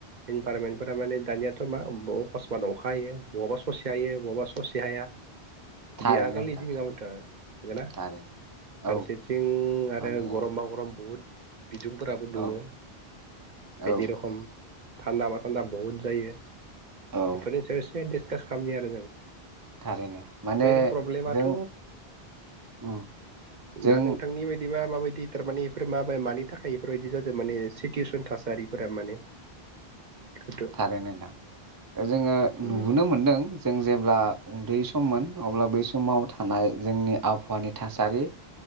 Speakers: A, on the right; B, on the right.
A: इनभारनमेन्ट फोर माने दानियाथ' मा अकसमात अखा हायो बहाबा ससे हायो बहाबा ससे हाया। बिदि
B: थारैनो
A: आगोलनि
B: नोंथां
A: बिदि नङामोनथ' नंगोना
B: थारैनो
A: फारसेथिं
B: औ
A: आरो
B: माने
A: गरमबा गरम बुहुद बिदुंफोराबो
B: औ
A: दुङो
B: औ
A: इदि रखम थान्दाबा थान्दा बहुद जायो
B: औ
A: बेफोरनि सायाव एसे दिसखास खामनि आरो जों
B: थारैनो माने
A: मेन प्रब्लेमाथ'
B: जों उम जों
A: दा नोंथांनि बायदिबा माबायदि। थारमाने इफोर माबे मानि थाखाय इफोरबायदि जादो माने सितुयेसन थासारिफोरा माने। गोदो
B: थारैनो दां दा जोंङो
A: उम
B: नुबोनो मोनदों जों जेब्ला। उन्दै सममोन अब्ला बै समाव थानाय जोंनि आबहावानि थासारि।